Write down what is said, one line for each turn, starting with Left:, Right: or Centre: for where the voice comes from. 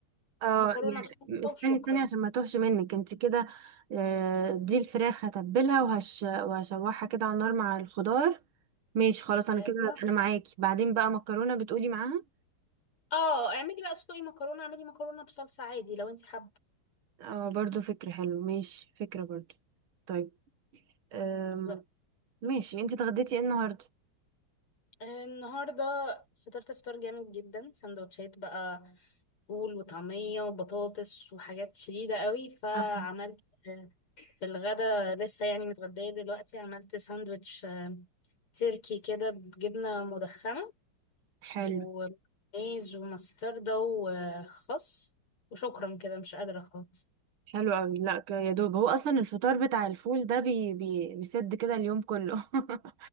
Right: اه
Left: ومكرونة
Right: يعني
Left: بصلصة
Right: استني
Left: وشكرا
Right: التانية عشان ما توهش منك انت كده آه، دي الفراخ هتبلها وهش وهشوحها كده على النار مع الخضار ماشي خلاص انا
Left: ايوه
Right: كده انا معاكي بعدين بقى مكرونة بتقولي معاها
Left: اه اعملي بقى اسلقي مكرونة اعملي مكرونة بصلصة عادي لو انت حابة
Right: اه برضو فكرة حلو ماشي فكرة برضو طيب أم...
Left: بالظبط
Right: ماشي انت اتغديتي ايه النهاردة
Left: النهاردة فطرت فطار جامد جدا سندوتشات بقى فول وطعمية وبطاطس وحاجات شديدة قوي فعملت
Right: آه،
Left: آه، في الغدا لسه يعني متغدية دلوقتي عملت ساندوتش آه، تركي كده بجبنة مدخنة
Right: حلو
Left: ومايز ومستردة وخس وشكرا كده مش قادرة خالص
Right: حلو قوي لا ك- يا دوب هو اصلا الفطار بتاع الفول ده بي... بي... بيسد كده اليوم كله <laughs>